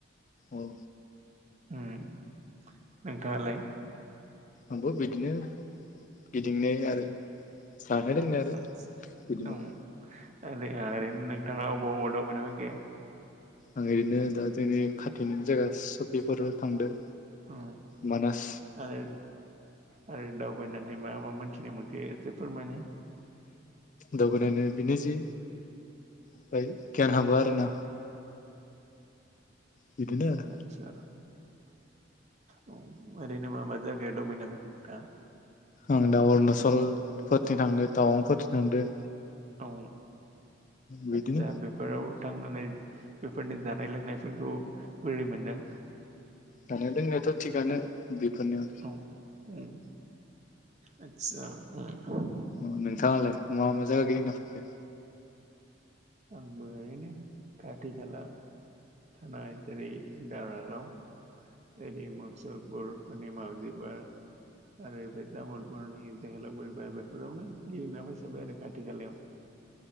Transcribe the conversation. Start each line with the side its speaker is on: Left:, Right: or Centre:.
Left: औ।
Right: उम नोंथाङालाय?
Left: आंबो बेदिनो गिदिंनाय आरो जानाय लोंनाय
Right: औ
Left: आरो बिदिनो।
Right: औ ओरै ओरैनो नोंथाङा अबाव अबाव दावबायना फैखो?
Left: आं ओरैनो दा जोंनि खाथिनि जायगा सफिफोराव थांदो।
Right: औ
Left: मानास
Right: आरो आरो दावबायनानै मा मा मोनथिनो मोनखो एसे फोरमायनाय।
Left: दावबायनानै बिनो जि फ्राय गियान हाबो आरोना बिदिनो आरो
Right: आतसा औ ओरैनो मा मा जायगायाव दावबायना फैखो नोंथाङा?
Left: आङो दा अरुणाचलफोरथि थांदो टावांफोरथि थांदो।
Right: औ।
Left: बिदिनो
Right: आतसा बेफोराव थांनानै बेफोरनि जानाय लोंनायफोरखौ बोरै मोनदों?
Left: जानाया लोंनायाथ' थिगानो। बिफोरनो आरो
Right: औ उम आतसा उम।
Left: अ नोंथाङालाय मा मा जायगा गिदिंना फायखो?
Right: आंबो ओरैनो खाथि खाला थानाय जेरै दावरागाव ओरै मसुलपुर ओरै माउजि पार्क। ओरै बै तामुलपुरनि जोहोलाव फुरि पार्क बेफोरावनो गिदिंना फैसोबाय आरो खाथि खालायाव।